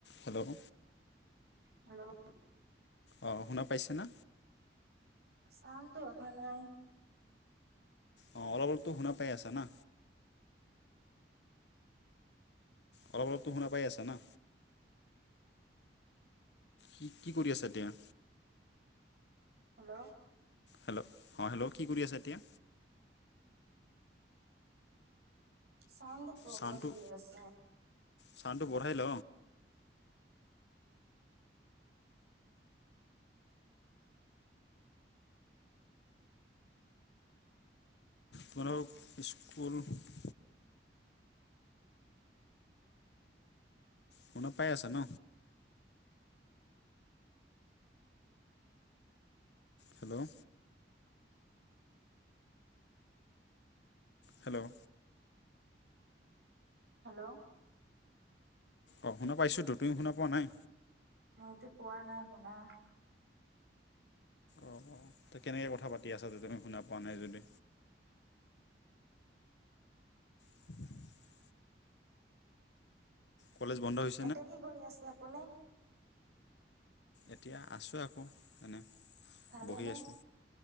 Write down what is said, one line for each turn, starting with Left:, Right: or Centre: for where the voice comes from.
Left: Hello.
Right: Hello.
Left: অ', শুনা পাইছেনা?
Right: চাউণ্ডটো অহা নাই।
Left: অ', অলপ অলপতো শুনা পাই আছা না? অলপ অলপতো শুনা পাই আছা না? কি কি কৰি আছা এতিয়া?
Right: হেল্ল'।
Left: হেল্ল' অ', হেল্ল' কি কৰি আছা এতিয়া?
Right: চাউণ্ডটো প্ৰব্লেম
Left: চাউণ্ডটো
Right: দি আছে
Left: চাউণ্ডটো বঢ়াই ল কোনও স্কুল <unintelligible> শুনা পাই আছা ন হেল্ল' হেল্ল'
Right: হেল্ল'
Left: অঁ শুনা পাইছোঁতো তুমি শুনা পোৱা নাই
Right: মইতো পোৱা নাই শুনা
Left: অঁ অ তো কেনেকৈ কথা পাতি আছা তুমি শুনা পোৱা নাই যদি উ <inaudible> কলেজ বন্ধ হৈছে
Right: এতে কি কৰি আছে আপুনি
Left: এতিয়া আছোঁ আকৌ এনেই
Right: ভালেনে
Left: বহি আছোঁ